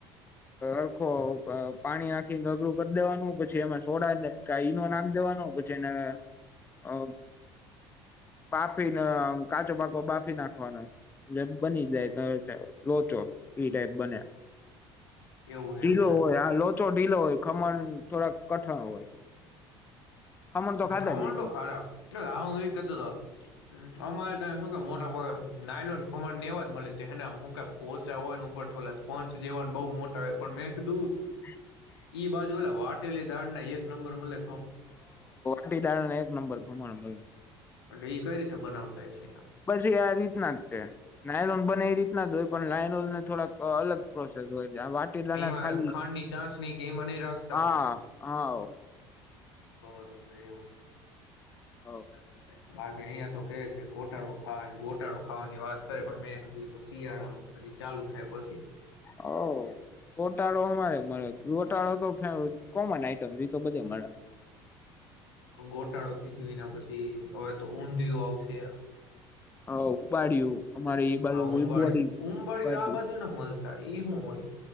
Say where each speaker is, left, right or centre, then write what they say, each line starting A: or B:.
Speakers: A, on the left (about 15°); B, on the left (about 80°).
A: અરખો પ પાણી નાખીને અઘળું કરી દેવાનું પછી એમાં સોડાને કા ઈનો નાખી દેવાનો પછીને અ પાપીને કાચો પાકો બાફી નાખવાનો એટલે બની જાય <inaudible> લોચો. એ ટાઈપ બને.
B: એવું
A: ઢીલો
B: એમ ને
A: હોય હા લોચો ઢીલો હોય ખમણ થોડાક કઠણ હોય. ખમણ તો ખાધા
B: ખમણતો
A: જ હયશે.
B: ખરા હા હું એ કરતો તો અમારે ત શું મોટા પ નાયલોન ખમણ ને એવા જ મળે છેને હું પોચા હોય ને ઉપરો સ્પંચ જેવાને બઉ મોટા હોય પણ મેં કીધું
A: <inaudible>
B: ઈ બાજુ વાટેલી દાડ ના એક નંબર મલે
A: ટી દાળના એક નંબર ખમણ મળે.
B: એટલે ઈ કઈ રીતે બનાવતા હયશે?
A: બસ એ આ રીતના જ તે લયનોન બને એ રીતના જ હોય પણ લાયનોલ થોડાક અલગ પ્રોસેસ હોય છે. વાટીદના
B: એમાં
A: ખાલી,
B: ખાંડની ચાસણી કે એમાં નહી રાખતા
A: હા, હા.
B: બો રોવે એવું.
A: હોવ
B: <inaudible> બાકી અહીિયા તો કે કે ગોટાળો ખાય ગોટાળો ખાવાની વાત કરે પણ મેં કીધ શિયાળામાં હજી ચાલુ થાય પછી.
A: હવ ગોટાળો અમારે મળે ગોટાળો તો કોમન આઈટમ એ તો બધે મળે.
B: ગોટાળો થઈ ગયો એના પછી હવે તો ઊંધિયું આવશે.
A: હા ઉબાડ્યું અમારે
B: પછી
A: એ બાજુ
B: હા
A: ઉંબાડિયું
B: ઉંબાડિયું
A: બળિયું
B: આ બાજુ ના મળતા ઈ શું હોય?